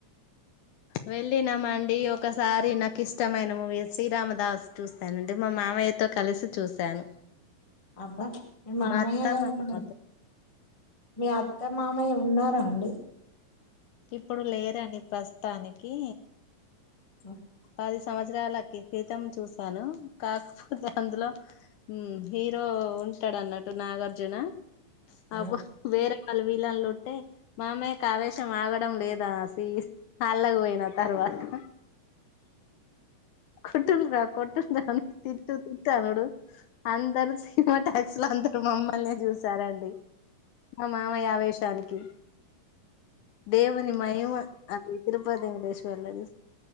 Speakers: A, on the left (about 75°); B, on the left (about 15°).
A: వెళ్ళినమండి ఒకసారి నాకు ఇష్టమైన మూవీ శ్రీరామదాస్ చూసానండి మా మామయ్య తో కలిసి చూశాను
B: అబ్బా మీ మామయ్య
A: మా అత్త
B: గారు
A: మా మామతో
B: గుడ మీ మామయ్య ఉన్నారా అండి
A: ఇప్పుడు లేరండి ప్రస్తుతానికి
B: ఆ
A: పది సంవత్సరాలకి క్రితం చూసాను కాకపోతే అందులో హీరో ఉంటాడు అన్నట్టు నాగార్జున అబ్
B: ఆ!
A: వేరే వాళ వీళ్లలుట్టే మామయ్య కావేశం ఆగడం లేదాసి అల్లగ పోయిన తర్వా పట్ కొట్టుల్ రా కొట్టుండ్రా అ తిట్టు తిట్టు అనుడు అందరు సీమా ట్యాక్స్ లా అందురు మమ్మల్నే జూసారండి మా మామయ్య ఆవేశానికి దేవుని మైమ అది తిరుపతి వెంకటేశ్వరులది